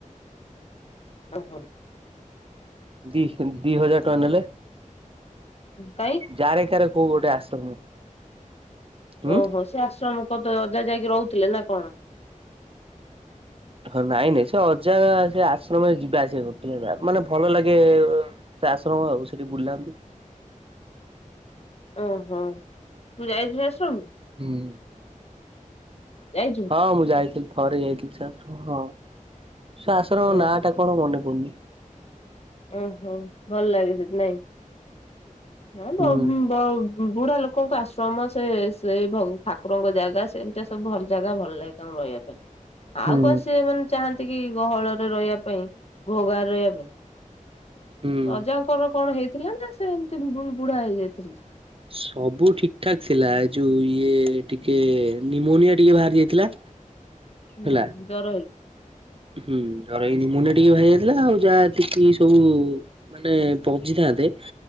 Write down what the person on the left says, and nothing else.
ଓ ହୋ।
କାଇଁ
ଓହୋ ସେ ଆଶ୍ରମ କ ତ ପଜା ଯାଇକି ରହୁଥିଲେ ନା କଣ?
ଓ ହଁ। ମୁଁ ଯାଇଛିି ଭ ଆଶ୍ରମ?
ଯାଇଛୁ
ଓହୋ
ଓହୋ! ଭଲ ଲାଗେ ସେଠି ନାଇଁ? ହଁ ବ
ବ। ବୁଢା ଲୋକଙ୍କ ଆଶ୍ରମ ସେ ସେଇ ଠାକୁରଙ୍କ ଜାଗା ସେମିତିଆ ସବୁ ଭଲ ଜାଗା ଭଲ ଲାଗେ ତାଙ୍କୁ ରହିବା ପାଇଁ। ଆଉ
କଂ ସେମାନେ ଚାନ୍ତ ସେତିକି ଗହଳରେ ରହିବା ପାଇଁ, ଘୋଗାରେ ରହିବା ପାଇଁ।
ରଜାଙ୍କର କଣ ହେଇ ଥିଲା ନା ସେ ଏମିତି ବୁଢଢା ହେଇଯାଇଥିଲେ?
ହୁଁ
ଜରଇ